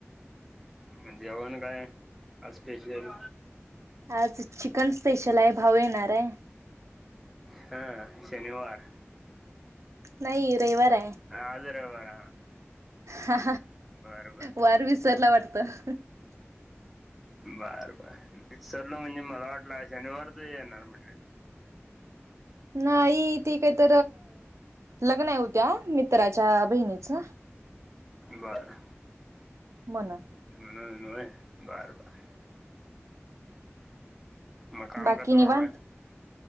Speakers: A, in the centre; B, on the right.
A: म्हण जेवण काय असपेशल
B: आज चिकन स्पेशल आहे भाऊ येणार आहे.
A: हा शनिवार.
B: नाही रविवार आहे.
A: आज रविवार
B: हा
A: बरं बरं
B: वार विसरला वाटतं.
A: बर बर मिक्सरल म्हणजे मला वाटलं शनिवारच येणार म्हटलं.
B: नाही ती काहीत लग्न आहे होत्या मी मित्राच्या बहिणीचं.
A: बर.
B: म्हणं.
A: म्ह न बर बर. म काम
B: बाकी
A: कसं
B: निवांत
A: चालुय.